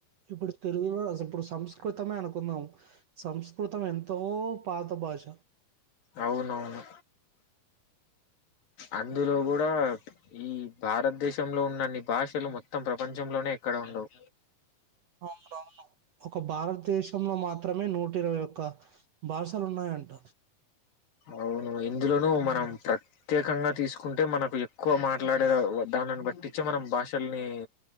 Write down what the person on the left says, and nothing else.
అవునవును. అందులో కూడా ఈ భారతదేశంలో ఉన్నన్ని భాషలు మొత్తం ప్రపంచంలోనే, ఎక్కడ ఉండవు.
అవును ఇందులోను మనం ప్రత్యేకంగా తీసుకుంటే మనకు ఎక్కువ మాట్లాడే దానని బట్టించే మనం భాషల్ని